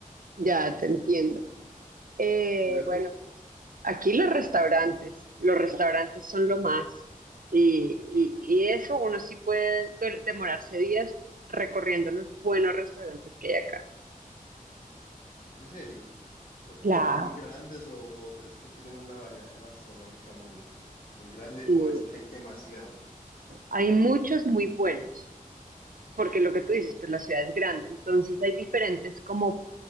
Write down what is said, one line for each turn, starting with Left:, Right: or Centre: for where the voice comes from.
Right: ya te entiendo. Eh,
Left: Tú de-
Right: bueno, pues aquí los restaurantes, los restaurantes son lo más. Y, y- y eso uno sí puede de- demorarse días recorriendo los buenos restaurantes que hay acá.
Left: ¿En serio? Porque
Right: Claro.
Left: son muy grandes o, o es que tienen una variedad gastronómica muy, muy grande
Right: Y
Left: o es que hay demasiados.
Right: hay muchos muy buenos, porque lo que tú dices, pues la ciudad es grande, entonces hay diferentes como